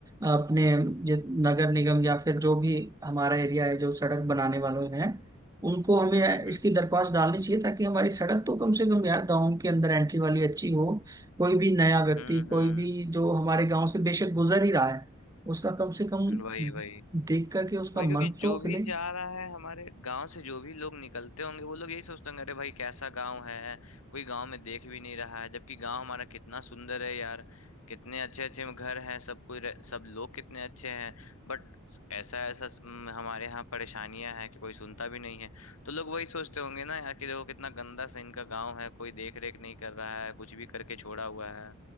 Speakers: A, on the right; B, on the left.
A: अपने जि- नगर निगम या फिर जो भी हमारा एरिया है जो सड़क बनाने वाले हैं उनको हमें
B: हम्म हम्म
A: इसकी
B: हम्म।
A: दरख्वास्त डालनी चाहिए ताकि हमारी सड़क तो कम से कम यार गाँव के अंदर एंट्री वाली अच्छी हो कोई भी नया
B: हम्म
A: व्यक्ति कोई भी जो हमारे गाँव से बेशक गुजर ही रहा है उसका कम से कम
B: हम्म वही वही
A: देख करके उसका
B: वही
A: मन
B: क्योंकि जो
A: तो
B: भी
A: खिले
B: जा रहा है हमारे गांव से जो भी लोग निकलते होंगे वो लोग यही सोचते होंगे अरे भाई कैसा गांव है कोई गांव में देख भी नहीं रहा है जबकि गांव हमारा कितना सुंदर है यार कितने अच्छे अच्छे घर हैं सब कोई रह- सब लोग कितने अच्छे हैं बट ऐसा ऐसा स- म, हमारे यहाँ परेशानियां हैं कि कोई सुनता भी नहीं है तो लोग वही सोचते होंगे ना यार कि देखो कितना गंदा सा इनका गांव है कोई देख रेख नहीं कर रहा है कुछ भी करके छोड़ा हुआ है